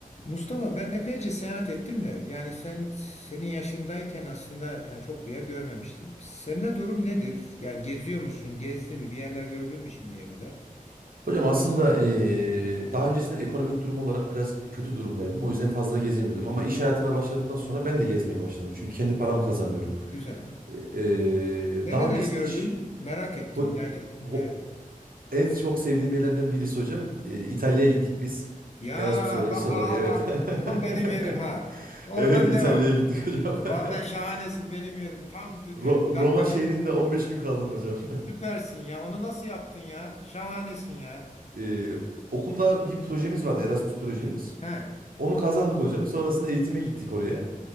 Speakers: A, on the left; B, on the right.
A: Mustafa ben epeyce seyahat ettim de yani sen senin yaşındayken aslında ya çok bir yer görmemiştim. Sende durum nedir? Yani geziyor musun? Gezdi mi? Bir yerler gördün mü şimdiye kadar?
B: Hocam aslında eee, daha öncesinden ekonomik durum olarak biraz kötü durumdaydım. O yüzden fazla
A: Evet.
B: gezemiyordum. Ama iş hayatına başladıktan sonra ben de gezmeye başladım. Çünkü kendi paramı kazanıyorum.
A: Güzel.
B: E, Eee,
A: Nereleri
B: daha öncesinde
A: gördün?
B: ş-
A: Merak ettim.
B: ho-
A: Yani ne?
B: ho- en çok sevdiğim yerlerden birisi hocam. eee, İtalya'ya gittik biz.
A: Ya
B: Erasmus öğrencisi
A: bak
B: olarak
A: aha
B: evet.
A: bak
B: <laughs>
A: tam benim yerim ha. Oradan
B: Evet İtalya'ya
A: devam.
B: gittik hocam.
A: Vallahi şahanesin
B: <laughs>
A: benim yerim. Tam d-
B: Ro-
A: d-
B: Roma
A: dakika
B: şehrinde
A: bir
B: 15 gün kaldım hocam. <laughs>
A: süpersin ya. Onu nasıl yaptın ya? Şahanesin ya.
B: Eee, okulda bir projemiz vardı Erasmus projemiz.
A: He.
B: Onu kazandık hocam. Sonrasında eğitime gittik oraya.